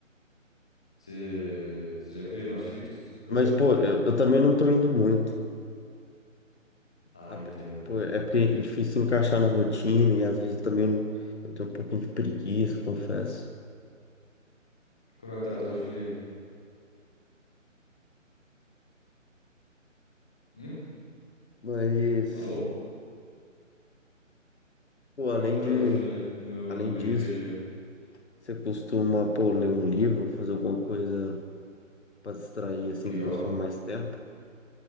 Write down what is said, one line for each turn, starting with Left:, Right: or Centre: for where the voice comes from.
Centre: Você você já fez mais fit, esse tipo de coisa?
Left: Mas, pô, eu, eu também não tô indo muito.
Centre: Ah,
Left: A
Centre: entendo,
Left: pe- Pô,
Centre: cara.
Left: é porque é difícil encaixar na rotina e às vezes também eu, não- eu tenho um pouquinho de preguiça, confesso.
Centre: Como é que tá a tua rotina aí? Hum?
Left: Mas,
Centre: Alô?
Left: pô,
Centre: Como
Left: além
Centre: que tá
Left: de,
Centre: a tua rotina aí no,
Left: além
Centre: no
Left: disso
Centre: dia a dia?
Left: Você costuma, pô, ler um livro, fazer alguma coisa para distrair, assim,
Centre: Pior,
Left: que consome mais tempo?